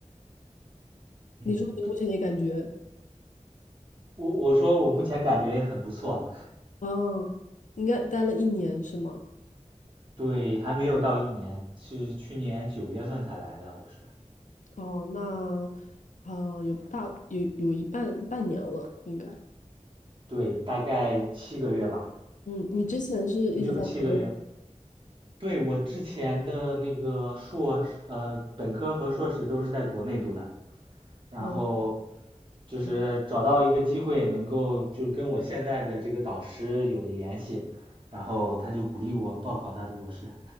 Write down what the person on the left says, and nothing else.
你说你目前也感觉，
嗯，应该待了一年是吗？
哦，那，啊，有大有有一半半年了，应该。
嗯，你之前是一直在国内。
嗯。
可以